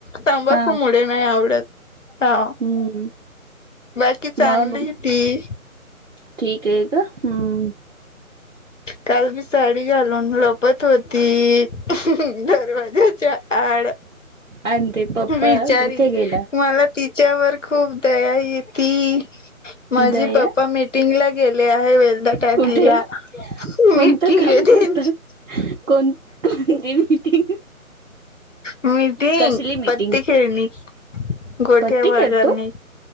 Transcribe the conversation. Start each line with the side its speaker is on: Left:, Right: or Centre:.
Left: तंबाखू
Right: हा
Left: मुळे नाही आवडत,, हा
Right: हम्म
Left: बाकी चांगली
Right: मग,,
Left: ती
Right: ठीक आहे का,, हम्म
Left: काल मी साडी घालून लप पत होती, दरवाज्याच्या आड
Right: आणि ते पप्पा
Left: बिचारी
Right: कुठे गेला
Left: मला तिच्यावर खूप दया येती. माझी
Right: दया
Left: पप्पा मीटिंग ला गेले आहे वेलदाकाठीला.
Right: कुठे कोणतं
Left: मीटिंग
Right: काम
Left: ए त्यांची.
Right: करतात कोण कोणती मीटिंग
Left: मीटिंग,,
Right: कसली मीटिंग
Left: पत्ते खेळने. गोठ्यावागरने,
Right: पत्ती खेळतो